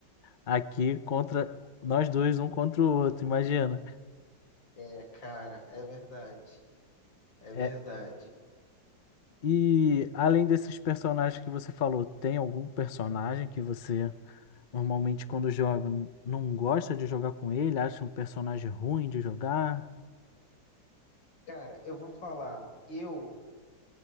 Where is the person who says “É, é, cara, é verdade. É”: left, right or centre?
Left